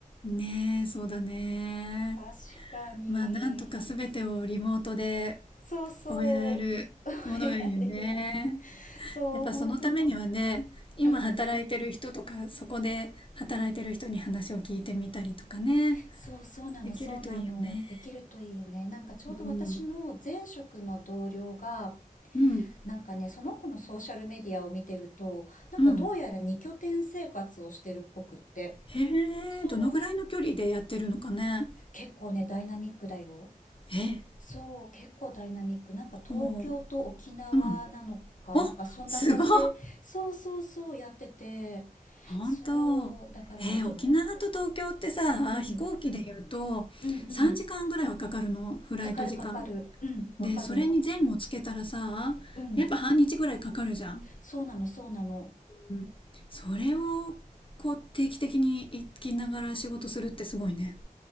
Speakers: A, on the left; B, on the left.
A: うん。ねえ、そうだね。
B: 確かに。
A: まあ、なんとかすべてをリモートで
B: そうそう。
A: 終えられるものがいいよね。
B: 覚えられる。そう、
A: やっぱそのためにはね、
B: 本当に。
A: 今働いてる人とか、
B: うん。
A: そこで働いてる人に話を聞いてみたりとかね、
B: そうそうなの、
A: できるといいよね。
B: そうなの。できるといいよね。なんかちょうど私の前職の同僚が、
A: うん。うん。
B: なんかね、その子のソーシャルメディアを見てると、なんかどうやら二拠点生活をしてるっぽくって。
A: うん。へえ、
B: そう、
A: どのぐらいの距離でやってるのかね。
B: 結構ね、ダイナミックだよ。
A: え、
B: そう、結構ダイナミック。なんか東京と沖縄なのか、
A: おう、うん。お、
B: なんかそんな感じで、
A: すごい。
B: そうそうそうやってて、
A: 本当。
B: そう、だからね、
A: えー、
B: ちょ、
A: 沖縄と東京ってさ、
B: うん、
A: 飛行機で言うと3時間ぐらいはかかるの、
B: うんうん、
A: フライト時間。
B: かかるかかる、うん、わかる、
A: で、それに前後つけたらさ、
B: うん。
A: やっぱ半日ぐらいかかるじゃん。
B: そうなの、そうなの。
A: うんそれをこう定期的に行きながら仕事するってすごいね。